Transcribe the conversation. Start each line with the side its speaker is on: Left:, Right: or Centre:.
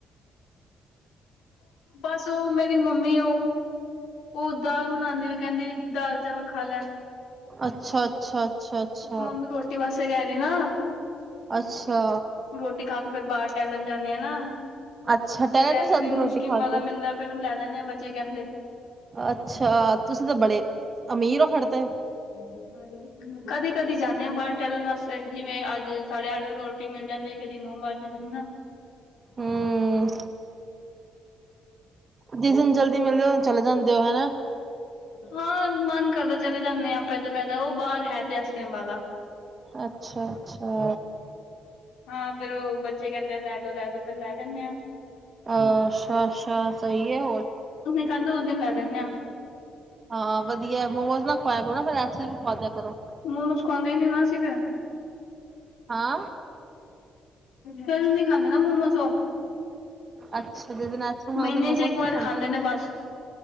Left: ਬਸ ਉ ਮੇਰੀ ਮੰਮੀ ਉ ਉ ਦਾਲ ਬਨਾਦੀ ਪਈ ਕੈਂਦੀ ਵੀ ਦਾਲ ਚਾਵਲ ਖਾ ਲੈ।
Right: ਅੱਛਾ। ਅੱਛਾ ਅੱਛਾ ਅੱਛਾ
Left: ਮੰਮੀ ਰੋਟੀ ਵਾਸੇ ਕੈ ਰਈ ਨਾ
Right: ਅੱਛਾ।
Left: ਰੋਟੀ ਖਾ ਕੇ ਫੇਰ ਬਾਰ ਟੈਲਨ ਜਾਂਨੇ ਆ ਨਾ,
Right: ਅੱਛਾ ਟਹਿਲਣ
Left: ਫੇਰ ਐਸਕ੍ਰੀਮ
Right: ਵੀ ਜਾਂਦੇ ਰੋਟੀ
Left: ਊਸਕ੍ਰੀਮ
Right: ਖਾ
Left: ਵਾਲਾ
Right: ਕੇ
Left: ਮਿਲਦਾ ਫੇਰ ਲੈ ਦਿੰਨੇ ਆ ਬੱਚੇ ਕੈਂਦੇ-
Right: ਅੱਛਾ ਤੁਸੀਂ ਤੇ ਬੜੇ ਅਮੀਰ ੳ ਫੇਰ ਤੇ।
Left: <unintelligible> ਕਦੀ-ਕਦੀ ਜਾਂਨੇ ਆਂ ਬਾਰ ਟੈਲਣ ਵਾਸਤੇ, ਜਿਵੇਂ ਅੱਜ ਸਾੜੇ ਅੱਠ ਵਜੇ ਰੋਟੀ ਮਿਲ ਜਾਂਦੀ ਕਦੀ ਨੋ ਵਾਜ- ਜਾਂਦੇ ਨੇ ਨਾ।
Right: ਹੂੰ ਜਿਸ ਦਿਨ ਜਲਦੀ ਮਿਲਦੇ ਹੋ ਚਲੇ ਜਾਂਦੇ ਹੋ ਹਨਾ
Left: ਹਾਂ, ਮਨ ਕਰਦਾ ਚਲੇ ਜਾਂਨੇ ਆਂ। ਦਾ ਉ ਬਾਰ ਹੈ ਤੇ ਐਸਕ੍ਰੀਮ ਵਾਲਾ।
Right: ਅੱਛਾ- ਅੱਛਾ।
Left: ਹਾਂ, ਫੇਰ ਉ ਬੱਚੇ ਕੈਂਦੇ ਆ ਲੈ ਦੋ ਲੈ ਦੋ ਫੇਰ ਲੈ ਦਿੰਨੇ ਆ।
Right: ਅੱਛਾ ਅੱਛਾ ਸਈ ਏ ਹੋਰ
Left: ਐਨੀ ੳਸ ਦੀਨ ਲੈ ਦਿਨੇ ਆਂ। <inaudible>
Right: ਹਾਂ, ਵਧੀਆ ਮੋਮੋਜ਼ ਨਾ ਖਵਾਇਆ ਕਰੋ ਨਾ ਫੇਰ ਐਸਕ੍ਰੀਮ ਈ ਖਵਾ ਦਿਆ ਕਰੋ।
Left: ਮੋਮੋਜ ਖਵਾਂਦੇ ਨੀ ਨਾ ਅਸੀਂ ਫੇਰ।
Right: ਹਾਂ
Left: ਫੇਰ ਨੀ ਖਾਂਦੇ ਨਾ ਮੋਮੋਸ ੳ।
Right: ਅੱਛਾ ਜਿਸ ਦਿਨ ਆਈਸਕ੍ਰੀਮ ਖਾਓ
Left: ਮਹੀਨੇ
Right: ਉਸ ਦਿਨ ਮੋਮੋਸ
Left: ਚ ਇੱਕ
Right: ਨਹੀਂ
Left: ਵਾਰ ਖਾਂਦੇ ਨੇ ਬਸ।